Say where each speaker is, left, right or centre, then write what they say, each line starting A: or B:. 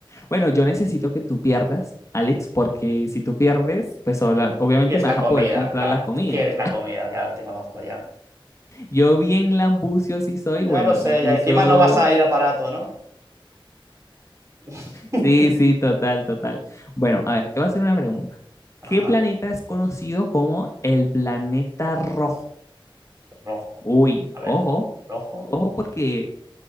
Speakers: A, on the left; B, on the right.
A: Bueno, yo necesito que tú pierdas, Alex, porque si tú pierdes, pues obla- obviamente
B: Tú quieres
A: me
B: la
A: vas a
B: comida,
A: poder comprar
B: claro.
A: la comida.
B: Tú quieres la comida, ya te conozco ya.
A: Yo bien lambucio sí soy,
B: Ya
A: bueno,
B: lo sé,
A: lambucio,
B: ya encima no vas a ir a Parato, ¿no? <laughs>
A: sí, sí, total, total. Bueno, a ver, te voy a hacer una pregunta.
B: Ajá.
A: ¿Qué planeta es conocido como el planeta rojo?
B: Rojo.
A: Uy,
B: A
A: ojo,
B: ver. Rojo,
A: ojo porque